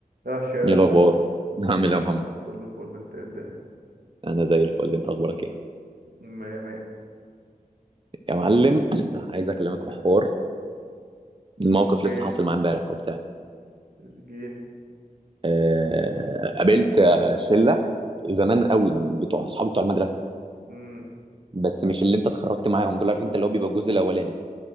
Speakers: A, on the right (about 85°); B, on the right (about 35°).
A: يا هشام
B: ايه الاخبار <laughs> عامل ايه يا محمد
A: كله فل انت ايه الدنيا
B: انا زي الفل انت اخبارك ايه
A: مية مية
B: يا معلم <clears throat> عايز اكلمك
A: اللي
B: في حوار الموقف
A: مش جيني
B: لسه حاصل معايا امبارح او بتاع
A: مش جيني
B: أه... قابلت آه، شله زمان قوي من بتوع اصحابي بتوع المدرسه
A: مم.
B: بس مش اللي انت اتخرجت معاهم دول عارف انت اللي هو بيبقى الجزء الاولاني